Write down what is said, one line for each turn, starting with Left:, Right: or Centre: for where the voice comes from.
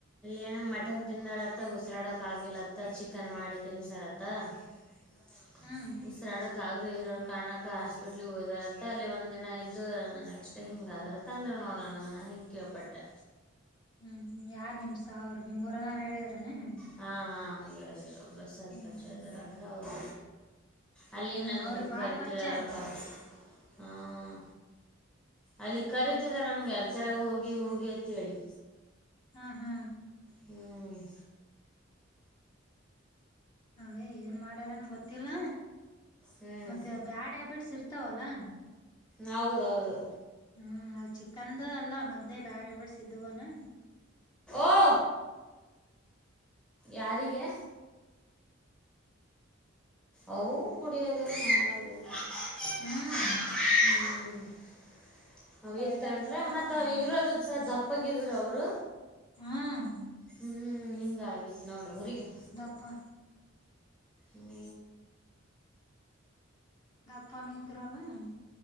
Centre: ಏನ ಮಟನ್ ತಿಂದಾರತ್ತ ಉಸಿರಾಡಕ್ ಆಗಿಲ್ಲ ಅಂತ ಚಿಕನ್ ಮಾಡಿ ತಿನ್ಸ್ಯಾರ್ ಅಂತ. <inaudible>
Left: ಹ್ಮ್
Centre: ಉಸಿರಾಡಕ್ಕ ಆಗದೆ ಇರೋ ಕಾರಣಕ್ಕ ಹಾಸ್ಪಿಟ್ಲ್ಗೆ ಓದಾರ ಅಂತ ಅಲ್ಲಿ ಒಂದಿನ್ದ. ಇದು ನೆಕ್ಸ್ಟ್ ಹಿಂಗ ಆದ್ರ ತಂದ್ರ ಏನೋ ನೋಡೋಣ ಹಿಂಗ ಕೇಳ್ಪಟ್ಟೆ.
Left: ಹ್ಮ್ ಯಾರ್ ನಿಮ್ ಸಾವರ್ಗ ನಿಮ್ಮ ಊರನ್ನವರ ಹೇಳಿದಾರಎನ್.
Centre: ಹಾಂ ಹಾಂ ಹಗೆ ಹೇಳರು ಒಬ್ಬ ಸರ್ಪಂಚ್
Left: ಹ್ಮ್ ಹ್ಮ್
Centre: ಇದ್ದರು ಆದ್ರೆ ಅವರು. ಅಲ್ಲಿ
Left: ಹ್ಮ್
Centre: ನನ್ಗೆ
Left: ಅವ್ರಿಗೆ ಬಾಳ್
Centre: ಕರಿತಿದಾರಪ್ಪ.
Left: ಪರಿಚಯ ಅಲ್
Centre: ಹಾಂ ಅಲ್ಲಿ ಕರೀತಿದ್ದರ ನನಗೆ ಯಾರ ಕರೆಗೆ ಹೋಗಿ ಹೋಗಿ ಅಂತೇಳಿ.
Left: ಹಾ ಹಾ.
Centre: ಹ್ಮ್.
Left: ಅದೇ ಏನ್ ಮಾಡ್ಯಾರನ್ ಗೊತ್ತಿಲ್ಲ
Centre: ಹ್ಞೂ
Left: ಮತ್ತೆ ಬ್ಯಾಡ್ ಹ್ಯಾಬಿಟ್ಸ್ ಇರ್ತಾವಲ್ಲ.
Centre: ಹೌದೌದು.
Left: ಹ್ಮ್ ಚಿಕಂದು ಅಲ್ಲ ಮೊದ್ಲೇ ಬ್ಯಾಡ ಹ್ಯಾಬಿಟ್ಸ್ ಇದ್ದುವನ.
Centre: ಓ ಯಾರಿಗೆ. ಅವು ಕುಡಿಯೋದು ಮಾಡದು. <unintelligible>
Left: ಹ್ಮ್
Centre: <inaudible> ಅವು
Left: ಅಂತವೆಲ್ಲಾ
Centre: ಇತ್ ಅಂದ್ರೆ
Left: ಇರ್ತಾವಲ್ಲ
Centre: ಮತ್ತ
Left: ಹಂಗ
Centre: ಇರೋದ. ಸ ದಪ್ಪಗಿದ್ರ ಅವರು
Left: ಹ್ಮ್
Centre: ಹ್ಮ್. ಹ್ಞ ಹಿಂಗ ಆಗಿತ್ತು ನೋಡ ಅವ್ರರಿಗೆ.
Left: ದಪ್ಪ
Centre: ಹ್ಮ
Left: ದಪ್ಪನ್ ನಿಂತರಲನ್.